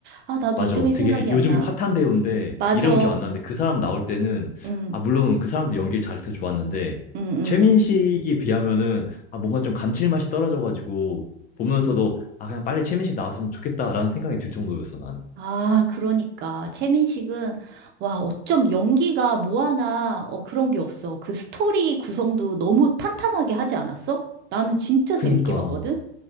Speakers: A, on the right (about 30°); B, on the left (about 25°).
A: 아, 나도
B: 맞아.
A: 이름이 생각이
B: 되게 요즘
A: 안 나.
B: 핫한 배우인데
A: 맞아.
B: 이름 기억 안 나는데 그 사람 나올 때는
A: 응,
B: 아 물론 그 사람도 연기를 잘해서 좋았는데
A: 응, 응.
B: 최민식이 비하면은 아 뭔가 좀 감칠맛이 떨어져가지고 보면서도 아 그냥 빨리 최민식 나왔으면 좋겠다라는 생각이 들 정도였어 난.
A: 아, 그러니까. 최민식은, 와, 어쩜 연기가 뭐 하나, 어, 그런 게 없어. 그 스토리 구성도 너무 탄탄하게 하지 않았어? 나는 진짜
B: 그니까
A: 재밌게 봤거든?